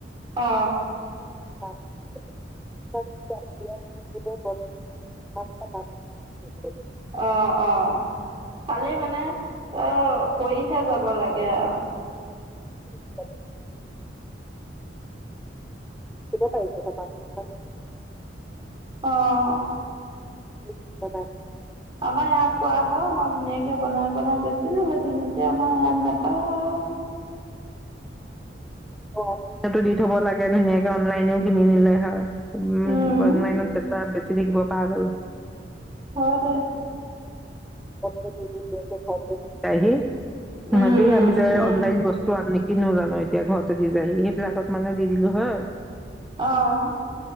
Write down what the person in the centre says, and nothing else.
তাত ইয়াৰ <unintelligible> আছে
লাগে <inaudible> পাই হ মানহ হয় ন
ক বাদ
ফনতো দি থব লাগে ধুনীয়াকে অনলাইনেও কিনি নিলে হয় উমন
বনোৱাই নাই এনে চেষ্টা চি থাকিব পাগ'ল
পদ্ধতি খ দ আহি
মই যে
আমি যে
অনলাইন বস্তু আপলোড কিনো জানো এতিয়া ঘৰতে দি যাইহি সেইবিলাকত মানে দি দিলো হয়